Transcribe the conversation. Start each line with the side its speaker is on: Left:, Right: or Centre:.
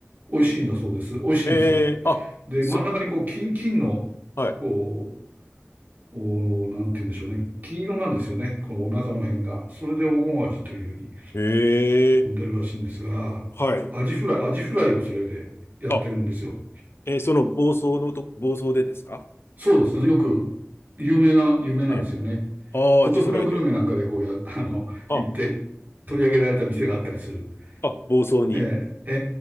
Right: 美味しいんだそうです。美味しいんです。
Left: ええあ、
Right: で、
Left: そ、
Right: 真ん中にこう、金、金の、
Left: はい。
Right: こう、おなんて言うんでしょうね。金色なんですよね。このお腹の辺が。それで黄金アジというふうに
Left: ええ
Right: 呼んでるらしいんですが、
Left: はい。
Right: アジフライ、アジフライをそれでやってるんですよ。
Left: あ、えーその暴走のと、暴走でですか
Right: そうですね。よく、有名な、有名なんですよね。
Left: ええ。ああ、
Right: 孤独のグルメなんかでこうや、
Left: アジフライで。
Right: あの、
Left: あ、
Right: 行って取り上げられた店があったりする。
Left: あ、暴走に。
Right: ええ、え